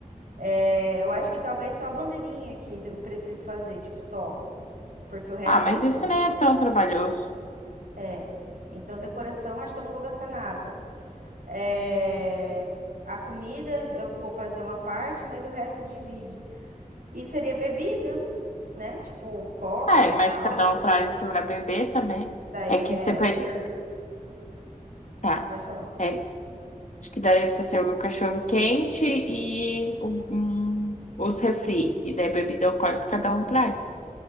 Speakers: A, on the right; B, on the left.
A: É, eu acho que talvez só a bandeirinha que eu precise fazer, tipo, só, porque o resto
B: Ah, mas
A: tem tudo.
B: isso nem é tão trabalhoso.
A: É. Então decoração acho que eu não vou gastar nada. É, a comida eu vou fazer uma parte, mas o resto divide. E seria bebida, né? Tipo coca
B: É,
A: e
B: mas
A: tal.
B: cada
A: E,
B: um traz
A: e
B: o que vai beber também.
A: daí
B: É que
A: é.
B: você pede
A: cer-
B: Tá.
A: Pode falar.
B: É, acho que daria pra você servir o cachorro quente e o- um, os refri. E daí bebida alcoólica cada um traz.